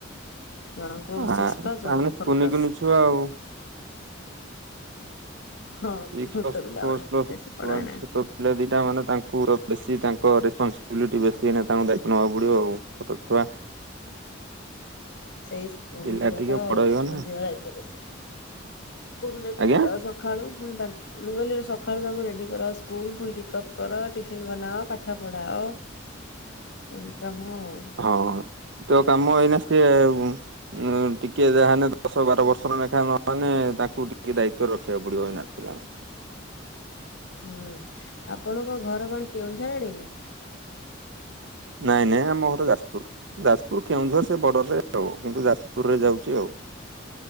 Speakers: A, on the left; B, on the right.
A: ଜଣଙ୍କୁ
B: ଆ
A: ସିକ୍ସ ପ୍ଳସ। ଜଣକୁ
B: ତାମାନେ
A: ଫୋର
B: କୁନି
A: ପ୍ଲସ।
B: କୁନି ଛୁଆ ଆଉ
A: ହଁ
B: ସିକ୍ସ
A: ଛୋଟ ପିଲା
B: ପ୍ଲସ୍
A: ଗୁଡା।
B: ଫୋର୍
A: ବେଶି ବଡ
B: ପ୍ଲସ୍
A: ହେଇନାହାନ୍ତି।
B: ଛୋଟ ପିଲା ଦିଇଟା ମାନେ ତାଙ୍କୁ ବେଶୀ ତାଙ୍କ ରେସପନସିବିଲିଟି ବେଶୀ ଏନା ତାଙ୍କୁ ଦାୟିତ୍ୱ ନେବାକୁ ପଡ଼ିବ ଆଉ। ଛୋଟଛୁଆ।
A: ସେଇ ପୁରୀ
B: ପିଲା
A: ଯିବା
B: ଟିକେ
A: ତ
B: ବଡ ହେଇଗଲେ
A: ସ୍କୁଲ ଯିବା ଦାୟିତ୍ୱ ବେଶୀ। ସ୍କୁଲ ରେଡି
B: ଆଜ୍ଞା
A: କର ଶ କାଳୁ ପୁଣି ତା ମୁଁ କହିଲି ରେ ସକାଳୁ ତାଙ୍କୁ ରେଡି କର ସ୍କୁଲ। ପୁଣି ପିକଅପ୍ କର, ଟିଫିନ ବନାଅ, ପାଠ ପଢାଅ ଏଇ କାମ ଆଉ।
B: ହଁ ହଁ ତ କାମ ଏଇନା ସିଏ ଉଁ ଟିକେ ଯାହାନେ ଦଶ ବାର ବର୍ଷର ଲେଖା ନହେନେ ତାଙ୍କୁ ଟିକେ ଦାୟିତ୍ଵ ରଖିବାକୁ ପଡିବ ଏଇନା। ପିଲାଙ୍କ ସ
A: ହୁଁ ଆପଣଙ୍କ ଘର କଣ କେଉଁଝର ଆଡେ କି?
B: ନାଇଁ ନାଇଁ ଆମ ଘର ଯାଜପୁର ଯାଜପୁର କେଉଁଝର ସେ ବର୍ଡର ରେ ଆଉ କିନ୍ତୁ ଯାଜପୁରରେ ଯାଉଛି ଆଉ।